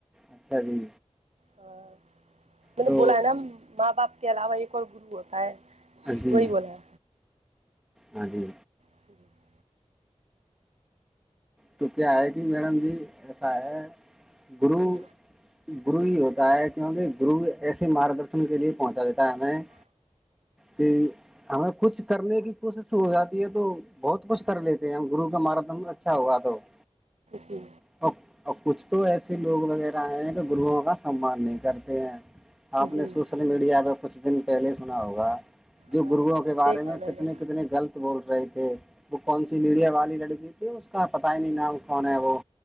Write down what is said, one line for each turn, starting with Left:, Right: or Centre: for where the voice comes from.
Centre: اچھا جی
Right: ہاں <unintelligible>
Centre: تو
Right: بولا ہے نا ماں باپ کے علاوہ ایک اور گرو ہوتا ہے
Centre: جی
Right: وہی بولا ہے
Centre: ہاں جی
Right: <inaudible>
Centre: تو کیا ہے کہ میڈم جی ایسا ہے گرو
Right: جی
Centre: گرو ہی ہوتا ہے کیونکہ گرو ایسے مارگ درشن کے لیے پہنچا دیتا ہے ہمیں کہ ہمیں کچھ کرنے کی کوشش ہو جاتی ہے تو بہت کچھ کر لیتے ہیں ہم گرو کا ماردنچ <unintelligible>
Right: جی
Centre: اور اور کچھ تو ایسے لوگ وغیرہ ہیں کہ گروؤوں کا سمان نہیں کرتے ہیں آپ
Right: جی
Centre: نے سوشل میڈیا پہ کچھ دن پہلے سنا ہوگا جو
Right: ہاں
Centre: گرگوں
Right: ہاں
Centre: کے بارے
Right: دیکھا
Centre: میں
Right: ہے
Centre: کتنے
Right: نے
Centre: کتنے غلط بول رہے تھے وہ کون سی میڈیا والی لڑکی تھی اس کا پتا ہی نہیں نام کون ہے وہ